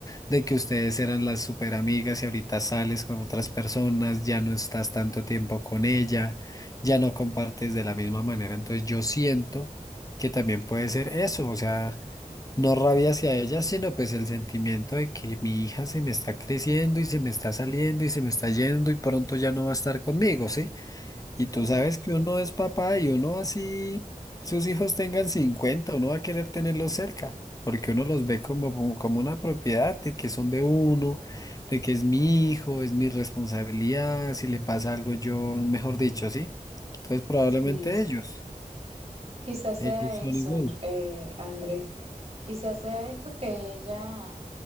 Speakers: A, on the left; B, on the right.
A: de que ustedes eran las super amigas y ahorita sales con otras personas, ya no estás tanto tiempo con ella, ya no compartes de la misma manera. Entonces yo siento que también puede ser eso, o sea, no rabia hacia ella, sino pues el sentimiento de que mi hija se me está creciendo y se me está saliendo y se me está yendo y pronto ya no va a estar conmigo, ¿sí? Y tú
B: Sí.
A: sabes que uno es papá y uno así sus hijos tengan 50 uno va a querer tenerlos cerca, porque uno los ve como, como, como una propiedad de que son de uno, de que es mi hijo, es mi responsabilidad, si le pasa algo yo, mejor dicho, ¿sí? Entonces probablemente
B: Sí, sí.
A: ellos,
B: Quizás
A: ellos
B: sea
A: son
B: eso,
A: igual.
B: eh, Andrés, quizás sea esto que ella...